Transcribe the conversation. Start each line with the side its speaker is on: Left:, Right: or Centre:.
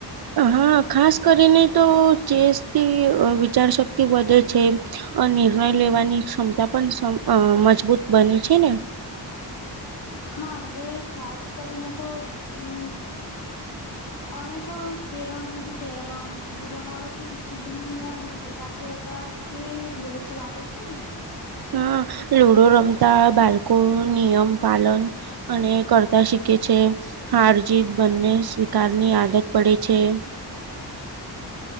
Right: હા ખાસ કરીને તો ચેસથી વિચાર શક થી વધે છે. અ નિર્ણય લેવાની ક્ષમતા પણ સમ અ મજબૂત બને છે ને?
Left: હા મન્જે ખાસ કરીને તો હમ્મ અને તો કેરમ કેરમ રમાવતી ધન્ય અને એકાદગ્રતા. કે ધીરજ વાવે છે ને?
Right: હા લુડો રમતા બાળકો નિયમ પાલન. અને કરતા શીખે છે. હાર જીત બંને સ્વીકારની આદત પડે છે.